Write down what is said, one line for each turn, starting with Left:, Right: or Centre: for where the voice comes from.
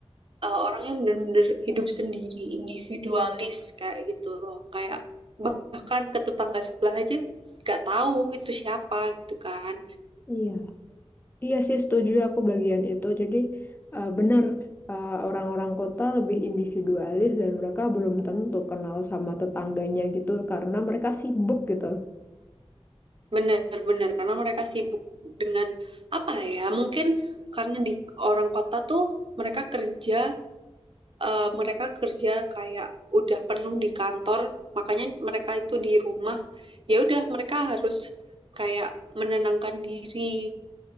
Right: eh, orang yang benar-benar hidup sendiri, individualis kayak gitu loh. Kayak bahkan ke tetangga sebelah aja nggak tahu itu siapa gitu kan.
Left: Iya, iya sih setuju aku bagian itu. Jadi eh, benar eh, orang-orang kota lebih individualis dan mereka belum tentu kenal sama tetangganya gitu karena mereka sibuk gitu.
Right: Bener-bener karena mereka sibuk dengan apa ya? Mungkin karena di orang kota tuh mereka kerja, eh, mereka kerja kayak udah penuh di kantor, makanya mereka itu di rumah. Ya udah mereka harus kayak menenangkan diri